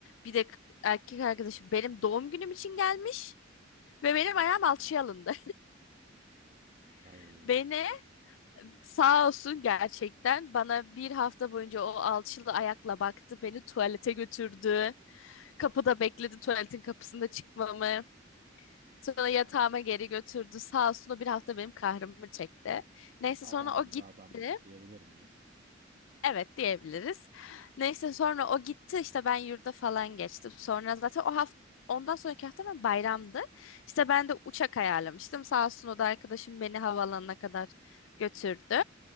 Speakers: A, on the left; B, on the right.
A: Bir de k- erkek arkadaşım benim doğum günüm için gelmiş ve benim ayağım alçıya alındı.
B: Ay.
A: <laughs> Beni sağ olsun gerçekten bana bir hafta boyunca o alçılı ayakla baktı. Beni tuvalete götürdü. Kapıda bekledi tuvaletin kapısında çıkmamı. Sonra yatağıma geri götürdü. Sağ olsun o bir hafta benim kahrımı çekti. Neyse
B: Adam
A: sonra
B: gibi
A: o gitti.
B: adammış diyebilir miyiz?
A: Evet diyebiliriz. Neyse sonra o gitti işte ben yurda falan geçtim. Sonra zaten o hafta ondan sonraki hafta ben bayramdı. İşte ben de uçak ayarlamıştım. Sağ olsun o da arkadaşım beni havaalanına kadar götürdü.